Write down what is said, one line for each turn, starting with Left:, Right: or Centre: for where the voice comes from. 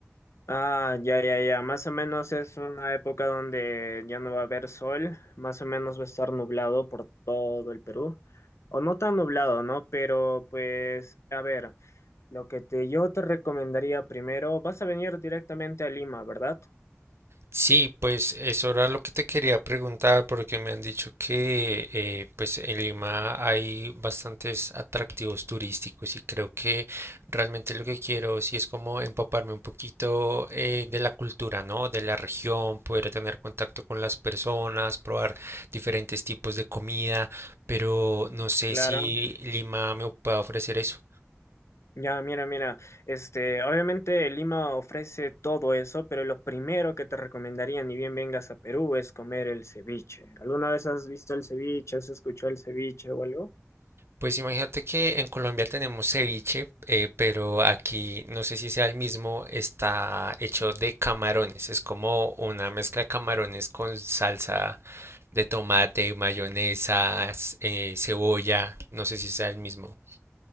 Left: Ah, ya, ya, ya, más o menos es una época donde ya no va a haber sol, más o menos va a estar nublado por todo el Perú, o no tan nublado, ¿no? Pero pues, a ver. Lo que te, yo te recomendaría primero, vas a venir directamente a Lima, ¿verdad?
Right: Sí, pues eso era lo que te quería preguntar porque me han dicho que eh, pues en Lima hay bastantes atractivos turísticos y creo que realmente lo que quiero sí es como empaparme un poquito eh, de la cultura, ¿no? De la región, poder tener contacto con las personas, probar diferentes tipos de comida, pero no sé
Left: Claro.
Right: si Lima me puede ofrecer eso.
Left: Ya, mira, mira, este, obviamente Lima ofrece todo eso, pero lo primero que te recomendaría, ni bien vengas a Perú, es comer el ceviche. ¿Alguna vez has visto el ceviche? ¿Has escuchado el ceviche o algo?
Right: Pues imagínate que en Colombia tenemos ceviche, eh, pero aquí no sé si sea el mismo, está hecho de camarones. Es como una mezcla de camarones con salsa de tomate, mayonesa, cebolla. No sé si sea el mismo.